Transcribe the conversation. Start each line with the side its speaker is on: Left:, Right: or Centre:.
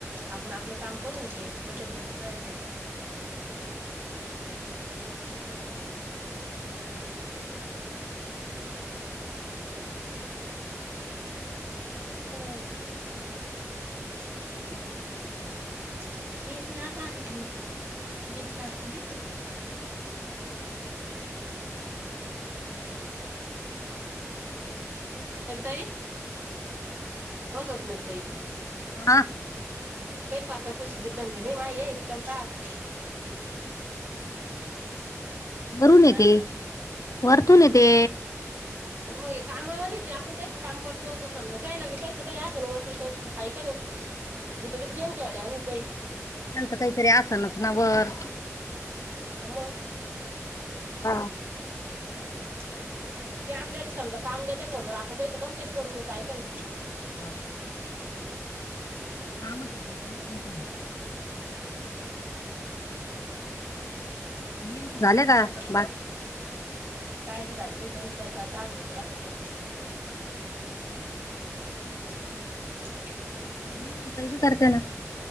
Right: आपण आपलं काम करून ते बचत गटाच्या बाहया <unintelligible> <unintelligible> <unintelligible> <unintelligible> नीट लागती ह स्वप्नाली ताई व स्वप्नाली ताई
Left: हा.
Right: <unintelligible>
Left: वरुून ये
Right: हा
Left: ती वरतुून य ते
Right: मग कामावां नाही ते आपण त्यायचं काम करतो क समजा त्यायला विकायचं काही आहे वरतीिथ आहेय का नाही? इथोडीच
Left: हो,
Right: गेम खेळ्या वाणी आहे काही.
Left: त्यांचं काहीतरी आसनच ना वर.
Right: मग?
Left: हा.
Right: ते आपल्याला समजा काम देते फोनवर आपण त्याच कम्प्लीट करून देतो आहे का नाही?
Left: हा. कामच <unintelligible> <unintelligible>
Right: ते कॉल <unintelligible> कायच
Left: बा
Right: झाले बाई गंतरचा दहा मिनटं राहत ते. <inaudible>
Left: मनिषा ताई बी करते ना?